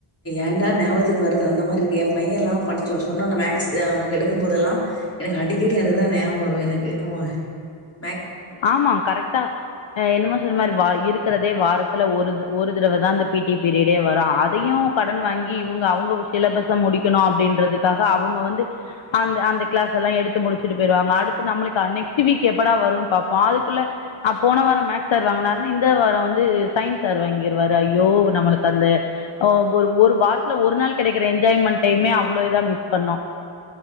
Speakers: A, on the left; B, on the left.
A: ஏண்டா ஞாபகத்துக்கு வருது அந்த மாரி இருக்கு எ பைய எல்லா படிச்சோ சொன்னா அந்த மேக்ஸ் அவனுக்கு எடுக்கும்போதெல்லா எனக்கு அடிக்கடி அதுதா ஞாபகோ வரு எனக்கு ம்
B: ஆமா கரெக்ட்டா என்னமோ சொன்ன மாரி வா இருக்கிறதே வாரத்துல ஒரு த ஒரு தடவதா அந்த பி டி பீரியடே வரு அதையு கடன் வாங்கி இவுங்க அவுங்க சிலபஸ்ஸ முடிக்கணு அப்டின்றதுக்காக அவுங்க வந்து அந்த அந்த கிளா க்ளாஸெல்லா எடுத்து முடிச்சுட்டு போயிருவாங்க அடுத்து நம்மளுக்கா நெக்ஸ்ட் வீக் எப்படா வருன்னு பாப்போ வா அதுக்குள்ள ஆ போன வாரோ மேக்ஸ் சார் வாங்குனாரு இந்த வாரோ வந்து சயின்ஸ் சாரு வாங்கிருவாரு ஐயோ நம்மளுக்கு அந்து ஒ ஒரு ஒரு வாரத்துல ஒரு நாள் கிடைக்கிற என்ஜாய்மெண்ட்டைமே அவ்ளோ இதா மிஸ் பண்ணோ